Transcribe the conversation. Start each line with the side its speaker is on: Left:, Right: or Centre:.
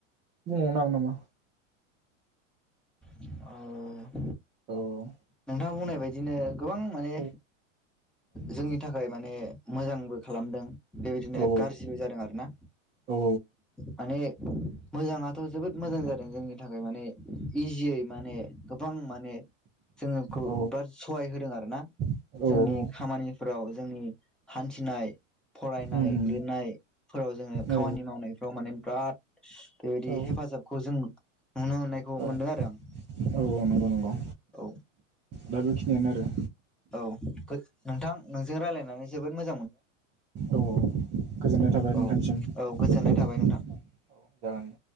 Right: बुंबावनो नागोन नामा?
Centre: औ
Right: औ
Centre: नोंथाङा बुंनाय बादिनो गोबां माने
Right: औ
Centre: जोंनि थाखाय माने मोजांबो खालामदों बेबायदिनो
Right: औ
Centre: गाज्रिबो जादों आरोना
Right: औ
Centre: माने मोजाङाथ' जोबोद मोजां जादों जोंनि थाखाय माने इजियै माने गोबां माने जोङोखौ
Right: औ
Centre: बिराद सहाय होदों आरो ना
Right: औ
Centre: जोंनि निफोराव जोंनि हान्थिनाय फरायनाय
Right: उम
Centre: लिरनायफोराव जोङो
Right: औ
Centre: खामानि मावनायफ्राव माने बिराद बेबायदि
Right: औ
Centre: हेफाजाबखौ जों नुनो मोननायखौ
Right: औ
Centre: मोनदों आरो आं
Right: औ नंगौ नंगौ
Centre: औ।
Right: दा बेखिनियानो आरो।
Centre: औ नोंथां नोंजों रायज्लायनानै जोबोद मो
Right: औ गोजोननाय थाबाय
Centre: औ
Right: नोंथांसिम
Centre: औ गोजोननाय
Right: औ
Centre: थाबाय नोंथां।
Right: जागोन दे